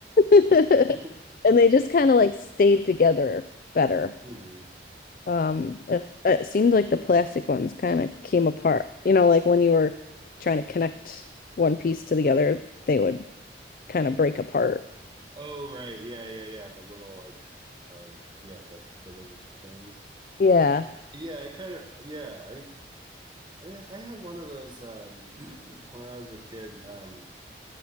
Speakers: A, on the left; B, on the right.
A: <laughs>
B: <laughs> hmm
A: And they just kind of like stayed together better.
B: Mm-hmm.
A: Um, if it seemed like the plastic ones kind of came apart, you know, like when you were trying to connect one piece to the other, they would kind of break apart.
B: Oh right. Yeah, yeah, yeah. The little like um yeah, the fitting things.
A: Yeah.
B: I yeah, I kind of yeah, I I I had one of those um <clears throat> when I was a kid. Um